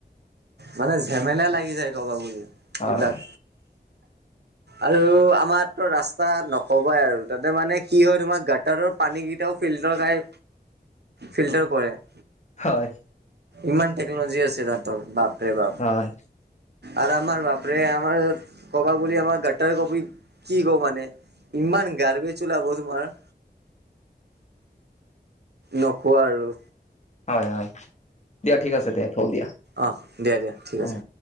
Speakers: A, on the right; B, on the left.
A: মানে ঝেমেলা লাগি যায় ক'বা বুলি এইবিলাক।
B: হয়,
A: আৰু আমাৰতো ৰাস্তাত নকবাই আৰু তাতে মানে কি হয় তোমাৰ গাঁতাটাৰৰ পানী কেইটাও ফিল্টাৰ খাই ফিল্টাৰ কৰে <inaudible>
B: হয়।
A: ইমান টেকন'লজি আছে তাহাঁৰ বাপ ৰে বাপ।
B: হয়।
A: আৰু আমাৰ বাপৰে আমাৰ কব বুলি আমাৰ গ কবি কি কওঁ মানে <inaudible> ইমান গাৰ্বেজ ওলাব তোমাৰ। নকও আৰু।
B: হয় হয়, দিয়া ঠিক আছে দিয়া থও দিয়া।
A: অহ, দিয়া দিয়া ঠিক আছে।
B: অ'।